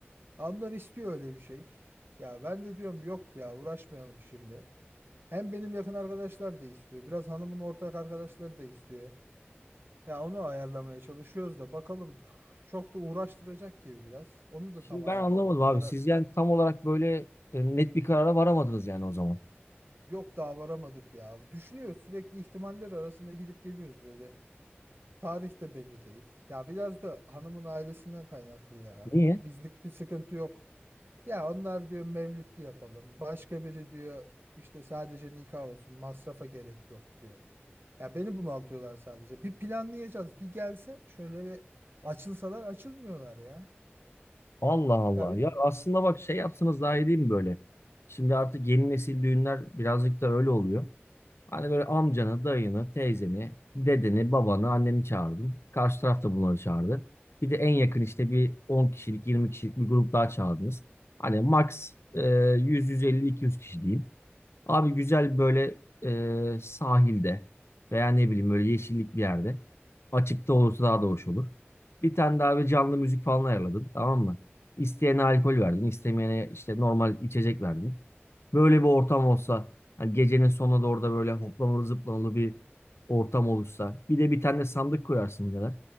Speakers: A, on the right (about 60°); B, on the left (about 75°).
A: Onlar istiyor öyle bir şey. Ya ben de diyorum yok ya uğraşmayalım şimdi. Hem benim yakın arkadaşlar da istiyor. Biraz hanımın ortak arkadaşları da istiyor. Ya onu ayarlamaya çalışıyoruz da bakalım. Çok da uğraştıracak gibi biraz. Onu da
B: Şimdi
A: tam
B: ben
A: ayarlayamadık.
B: anlamadım abi.
A: Kara
B: Siz yani tam olarak böyle e, net bir karara varamadınız yani o zaman.
A: yok daha varamadık ya. Düşünüyoruz sürekli ihtimaller arasında gidip geliyoruz böyle. Tarih de belli değil. Ya biraz da hanımın ailesinden kaynaklı ya.
B: Niye?
A: Bizlik bir sıkıntı yok. Ya onlar diyor mevlütlü yapalım. Başka biri diyor işte sadece nikah olsun. Masrafa gerek yok diyor. Ya beni bunaltıyorlar sadece. Bir planlayacağız. Bir gelse şöyle bir açılsalar açılmıyorlar ya.
B: Allah Allah.
A: Ya bir
B: Ya aslında bak şey yapsanız daha iyi değil mi böyle? Şimdi artık yeni nesil düğünler birazcık da öyle oluyor. Hani böyle amcanı, dayını, teyzeni, dedeni, babanı, anneni çağırdın. Karşı taraf da bunları çağırdı. Bir de en yakın işte bir 10 kişilik, 20 kişilik bir grup daha çağırdınız. Hani max e, 100, 150, 200 kişi diyeyim. Abi güzel böyle e, sahilde veya ne bileyim böyle yeşillik bir yerde. Açıkta olursa daha da hoş olur. Bir tane daha bir canlı müzik falan ayarladın tamam mı? İsteyene alkol verdin, istemeyene işte normal içecek verdin. Böyle bir ortam olsa, hani gecenin sonuna doğru da böyle hoplamalı zıplamalı bir ortam olursa. Bir de bir tane de sandık koyarsın birader.